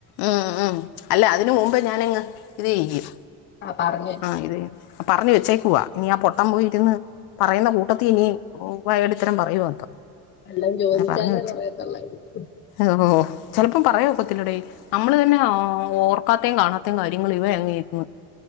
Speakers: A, on the left (about 75°); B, on the left (about 30°).
A: ഉം ഉം അല്ല അതിന് മുമ്പ് ഞാനങ്ങ് ഇത് ചെയ്യും.
B: ആ പറഞ്ഞ്
A: ആ ഇത് പറഞ്ഞഞ് വെച്ചേക്കുവ ഇനി ആ പൊട്ടം പോയിരുന്ന് പറയുന്ന കൂട്ടത്തിൽ ഇനി വായാടിത്തരം പറയുവോ ന്തോ
B: എല്ലാം ചോദിച്ചാലേ
A: പറഞ്ഞ് വെച്ച
B: പറയത്തുള്ളായിരിക്കും
A: ഓ ഹോ ചിലപ്പം പറയാ ഒക്കത്തില്ലടെ നമ്മള് തന്നെ ഓർക്കാത്തെയും കാണാത്തെയും കാര്യങ്ങ ഇവ അങ്ങെ ഇരുന്നു